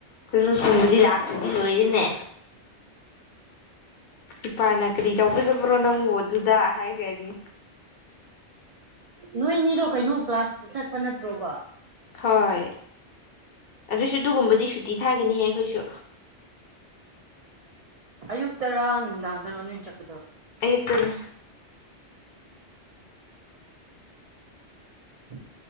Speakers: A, on the left; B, on the right.
A: ꯀ꯭ꯔꯤꯁꯃꯁ ꯀꯨꯝꯕꯗꯤ ꯂꯥꯛ ꯑꯗꯨꯗꯤ ꯂꯣꯏꯔꯅꯦ ꯏꯄꯥꯅ ꯛꯔꯤ ꯇꯧꯕꯗꯣꯕꯔꯣ ꯅꯪ ꯑꯣ ꯑꯗꯨꯗ ꯍꯥꯏꯈ꯭ꯔꯅꯤ
B: ꯅꯣꯏꯅꯤꯗꯣ ꯀꯩꯅꯣ ꯀ꯭ꯂꯥꯁꯇ ꯆꯠꯄ ꯅꯠꯇ꯭ꯔꯣꯕ
A: ꯍꯣꯏ ꯑꯗꯨꯁꯨ ꯑꯗꯨꯒꯨꯝꯕꯗꯤ ꯁꯨꯇꯤ ꯊꯥꯒꯅꯤ ꯍꯦꯛ ꯈꯣꯏꯁꯨ
B: ꯑꯌꯨꯛꯇꯔ ꯅꯨꯡꯗꯥꯡꯗꯔꯣ ꯅꯣꯏꯅ ꯆꯠꯄ
A: ꯑꯌꯨꯛꯇꯅꯦ
B: ꯎ